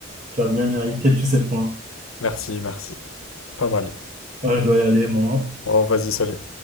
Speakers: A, on the right (about 35°); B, on the left (about 85°).
A: tu l'as bien mérité, tous ces points.
B: Merci, merci. Pas mal.
A: Ouais, je dois y aller, moi.
B: Bon, vas-y, salut.